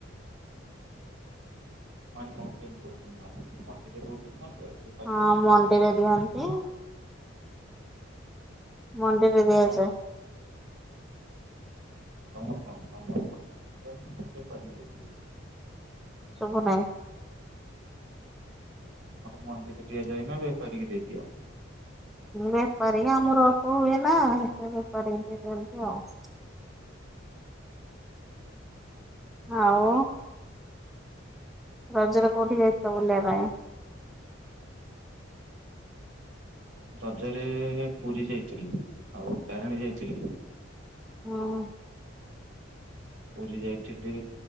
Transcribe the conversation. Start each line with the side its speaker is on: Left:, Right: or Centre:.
Right: ଆଡେ କଣ କେମିତି ଦଉଛନ୍ତି ଧାନ ମଣ୍ଡିରେ ଦଉଛନ୍ତି ନା ବେପାରିକି
Centre: ହଁ
Right: ଦଉଛନ୍ତି
Centre: ମଣ୍ଡିରେ ଦିଅନ୍ତି। ମଣ୍ଡିରେ ଦିଆଯାଏ।
Right: କଣ ତମର କଣ ତମର ମଞ୍ଜି ବେପାରୀକି ଦେଇଦିଅ
Centre: ଶୁଭୁନାହିଁ।
Right: ମଣ୍ଡି ରେ ଦିଆଯାଏ ନା ବେପାରିକି ଦେଇଦିଅ।
Centre: ବେପାରୀ ଆମର ଅଳ୍ପ ହୁଏ ନା ହେଥିପାଇଁ ବେପାରୀ ଦେଇ ଦିଆତ୍ନି ଆଉ। <inaudible> ଆଉ ରଜରେ କୋଉଠିକି ଯାଇଥିଲ ବୁଲିବା ପାଇଁ।
Right: ରଜରେ ପୁରୀ ଯାଇଥିଲି ଆଉ ତାରିଣୀ ଯାଇଥିଲି।
Centre: ହଁ।
Right: ପୁରୀ ଯାଇଥିଲି